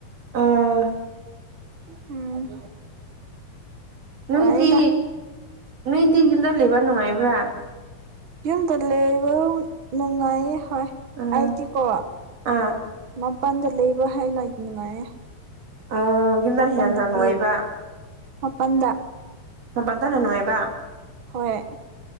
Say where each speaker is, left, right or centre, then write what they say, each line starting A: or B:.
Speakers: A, on the right; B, on the right.
A: ꯎꯥ
B: ꯎꯝ
A: ꯅꯣꯏꯗꯤ
B: ꯋꯥꯔꯦꯗ
A: ꯅꯣꯏꯗꯤ ꯌꯨꯝꯗ ꯂꯩꯕ ꯅꯨꯡꯉꯥꯏꯕ꯭ꯔꯥ
B: ꯌꯨꯝꯗ ꯂꯩꯕ ꯅꯨꯡꯉꯥꯏ
A: ꯎꯝ
B: ꯍꯥꯏꯗꯤꯀꯣ
A: ꯑꯥ
B: ꯃꯄꯥꯟꯗ ꯂꯩꯕ ꯍꯥꯏꯅ ꯅꯨꯡꯉꯥꯏꯌꯦ
A: ꯑꯣ ꯌꯨꯝꯗꯅ
B: ꯃꯄꯜꯗꯗꯤ
A: ꯍꯦꯟꯅ ꯅꯨꯡꯉꯥꯏꯕ
B: ꯃꯄꯟꯗ
A: ꯃꯄꯠꯇꯅ ꯅꯨꯅꯨꯡꯉꯥꯏꯕ
B: ꯍꯣꯏ